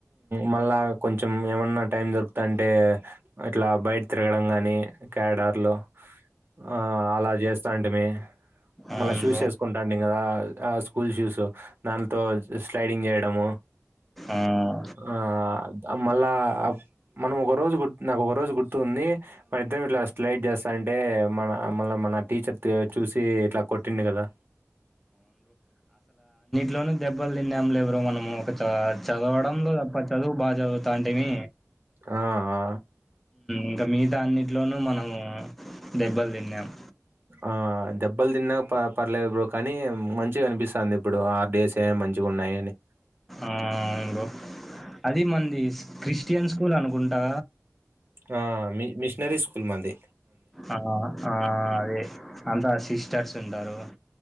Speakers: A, on the right (about 45°); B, in the centre.
A: మళ్ళా కొంచెం ఏమన్నా టైం దొరుకుతా అంటే ఇట్లా బయట తిరగడం గానీ కే్యాడార్లు ఆ అలా చేస్తా అంటే మే
B: అవును
A: మళ్ళా షూస్
B: బ్రో.
A: ఏసుకుంటాడే కదా ఆ స్కూల్ షూస్ దాంతో స్లైడింగ్ ఏ ట్ డమో
B: ఆ!
A: ఆ మళ్ళా మనం ఒక రోజు నాకు ఒక రోజు గుర్తుంది మరి ఇద్దరం ఇట్లా స్లైడ్ చేస్తా అంటే మన మళ్ళ మన టీచర్ చూసి ఇట్లా కొట్టిండు కదా
B: లో దెబ్బలు తిన్నాములే లే బ్రో మేము ఇ చదవడంలో తప్ప చదువు బాగా చదువుతా అంటేవి,
A: ఆ! ఆ!
B: ఇంకా మిగతా అన్నిట్లోనూ మనము దెబ్బలు తిన్నాము
A: ఆ దెబ్బలు తిన్నాక ప పర్లేదు బ్రో కానీ మంచిగా అనిపిస్తుంది ఇప్పుడు, ఆ డేస్ ఏ మంచిగా ఉన్నాయి అని
B: ఆ బ్రో అది మనది క్రిస్టియన్ స్కూల్ అనుకుంటా
A: ఆ మీ మిషనరి స్కూల్ మనది
B: ఆ ఆ అదే అంతా సిస్టర్స్ ఉంటారు